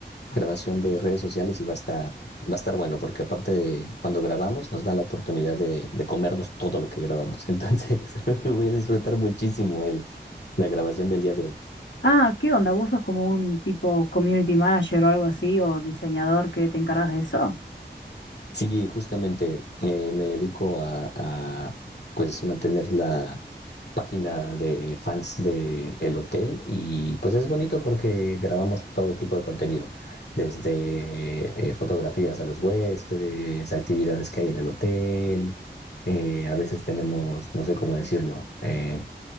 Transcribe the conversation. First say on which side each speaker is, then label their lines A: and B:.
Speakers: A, on the left (about 65°); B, on the left (about 85°).
A: grabación de redes sociales y va a estar, va a estar bueno, porque aparte de cuando grabamos nos dan la oportunidad de, de comernos todo lo que grabamos. Entonces <laughs> voy a disfrutar muchísimo el, la grabación del día de hoy.
B: Ah, ¿qué onda? ¿Vos sos como un tipo community manager o algo así, o diseñador que te encargas de eso?
A: Sí, justamente eh, me dedico a, a, pues mantener la página de fans de el hotel y pues es bonito porque grabamos todo tipo de contenido, desde eh, fotografías a los huéspedes, actividades que hay en el hotel, eh, a veces tenemos, no sé cómo decirlo, eh,